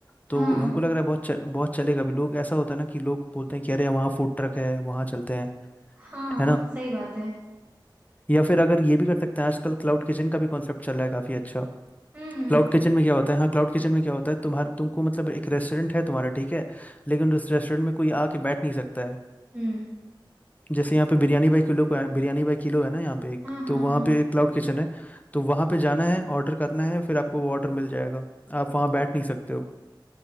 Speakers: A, on the right; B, on the left.
A: हाँ
B: तो हमको लग रहा है बहुत च, बहुत चलेगा अभी लोग ऐसा होता है ना कि लोग बोलते हैं कि अरे वहाँ फूड ट्रक है वहाँ चलते हैं
A: हाँ
B: है ना
A: सही बात है
B: या फिर अगर ये भी कर सकते हैं आजकल क्लाउड किचन का भी कॉन्सेप्ट चल रहा है काफी अच्छा
A: हम्म हम्म
B: क्लाउड किचन में क्या होता है हाँ क्लाउड किचन में क्या होता है तुम्हारे तुमको मतलब एक रेस्टोरेंट है तुम्हारा ठीक है लेकिन उस रेस्टोरेंट में कोई आके बैठ नहीं सकता है
A: हम्म,
B: जैसे यहाँ पे बिरयानी बाई किलो को बिरयानी बाई किलो है ना यहाँ पे एक
A: हाँ हाँ
B: तो वहाँ
A: हाँ
B: पे क्लाउड किचन है तो वहाँ पे जाना है ऑर्डर करना है फिर आपको वो ऑर्डर मिल जाएगा आप वहाँ बैठ नहीं सकते हो